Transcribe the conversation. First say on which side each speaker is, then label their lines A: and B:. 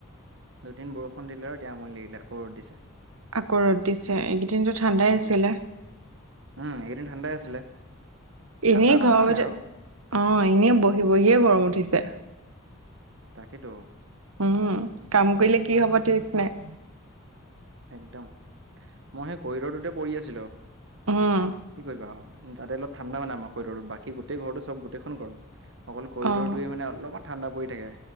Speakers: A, on the right; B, on the right.
A: দুদিন বৰষুণ দিলে আৰু এতিয়া আমনি লাগিলে আকৌ ৰ'দ দিছে।
B: আকৌ' ৰদ দিছে এইকেইদিনতো ঠাণ্ডাই
A: উম
B: আছিলে।
A: উম এইকেইদিন ঠাণ্ডাই আছিলে। ঠাণ্ডা
B: এনেই
A: নহয়
B: ঘৰৰ
A: মানে
B: ভিতৰত
A: আৰু,
B: অ' এনেই বহি বহিয়েই গৰম উঠিছে।
A: তাকেইতো।
B: উম' কাম কৰিলে কি হব ঠিক নাই।
A: একদম, মই সেই কৰিডৰটোতে পৰি আছিলোঁ।
B: উম
A: কি কৰিবা আও তাতে অলপ। ঠাণ্ডা মানে আমাৰ কৰিডৰটো। বাকী গোটেই ঘৰতো চব গোটেইখন গৰম। অকল কৰিডৰটোৱে
B: অ'।
A: মানে অলমান- ঠাণ্ডা পৰি থাকে।